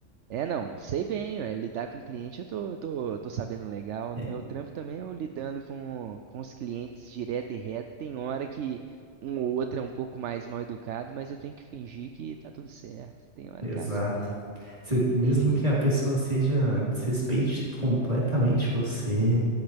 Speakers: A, on the right; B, on the right.
A: É, não, sei bem, ué, lidar com cliente eu tô, tô, tô sabendo legal.
B: <laughs>
A: No meu trampo também eu lidando com, com os clientes direto e reto. Tem hora que um ou outro é um pouco mais mal educado, mas eu tenho que fingir que tá tudo certo. Tem hora
B: Exato.
A: que é assim mesmo.
B: Você-
A: Não
B: mesmo
A: tem jeito,
B: que a pessoa
A: né?
B: seja, desrespeite completamente você,